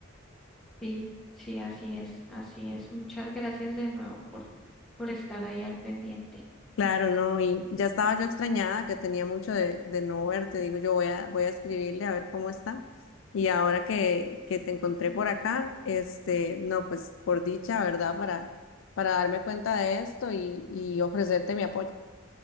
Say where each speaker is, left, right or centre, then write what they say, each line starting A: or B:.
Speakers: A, in the centre; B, on the left (about 65°).
A: Sí, sí, así es, así es. Muchas gracias de nuevo por, por estar ahí al pendiente.
B: Claro, no, y ya estaba yo extrañada que tenía mucho de, de no verte. Digo, yo voy a, voy a escribirle a ver cómo está. Y ahora que, que te encontré por acá, este, no, pues por dicha, ¿verdad? Para, para darme cuenta de esto y, y ofrecerte mi apoyo.